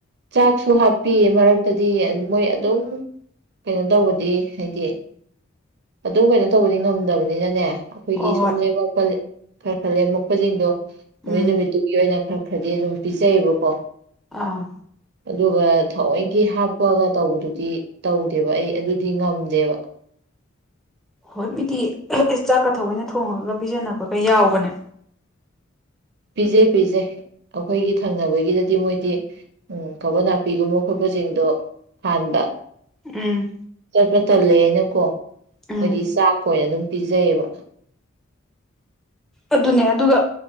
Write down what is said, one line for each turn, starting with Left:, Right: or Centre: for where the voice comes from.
Right: ꯆꯥꯛꯁꯨ ꯍꯥꯞꯄꯤꯌꯦ ꯃꯔꯛꯇꯥꯗꯤ ꯃꯣꯏ ꯑꯗꯨꯝ ꯀꯩꯅꯣ ꯇꯧꯕꯗꯤ ꯍꯥꯏꯗꯤ ꯑꯗꯨꯝ ꯀꯩꯅꯣ ꯇꯧꯕꯗꯤ ꯉꯝꯗꯕꯅꯤꯅꯅꯦ ꯑꯈꯣꯏꯒꯤ
Centre: ꯍꯣꯏ
Right: ꯁꯨꯝ
Centre: ꯍꯣꯏ
Right: ꯂꯦꯝꯃꯛꯄꯜ ꯈꯔ ꯈꯔ ꯂꯦꯝꯃꯛꯄꯖꯤꯡꯗꯣ ꯅꯨꯃꯤ
Centre: ꯎꯝ
Right: ꯅꯨꯃꯤꯠꯇꯨꯒꯤ ꯑꯣꯏꯅ ꯈꯔ ꯈꯔꯗꯤ ꯑꯗꯨꯝ ꯄꯤꯖꯩꯑꯕꯀꯣ
Centre: ꯑꯥ
Right: ꯑꯗꯨꯒ ꯊꯥꯑꯣꯏꯀꯤ ꯍꯥꯞꯄꯒ ꯇꯧꯕꯗꯨꯗꯤ ꯇꯧꯗꯦꯕ ꯑꯩ ꯑꯗꯨꯗꯤ ꯉꯝꯗꯦꯕ
Centre: ꯍꯣꯏ ꯃꯤꯗꯤ ꯆꯥꯛꯀ ꯊꯑꯣꯏꯅ ꯊꯣꯡꯉꯒ ꯄꯤꯖꯅꯕꯒꯥ ꯌꯥꯎꯕꯅꯦ
Right: ꯄꯤꯖꯩ ꯄꯤꯖꯩ ꯑꯩꯈꯣꯏꯒꯤ ꯊꯪꯅꯕꯒꯤꯗꯗꯤ ꯃꯣꯏꯗꯤ ꯎꯝ ꯀꯕꯣ ꯅꯥꯄꯤꯒꯨꯝꯕ ꯈꯣꯠꯄꯖꯤꯡꯗꯣ ꯐꯥꯟꯕ
Centre: ꯎꯝ
Right: ꯆꯠꯄ ꯇꯜꯂꯦꯑꯦꯅꯀꯣ
Centre: ꯎꯝ
Right: ꯃꯣꯏꯗꯤ ꯆꯥꯛꯀ ꯑꯣꯏꯅ ꯑꯗꯨꯝ ꯄꯤꯖꯩꯌꯦꯕ
Centre: ꯑꯗꯨꯅꯦ ꯑꯗꯨꯒ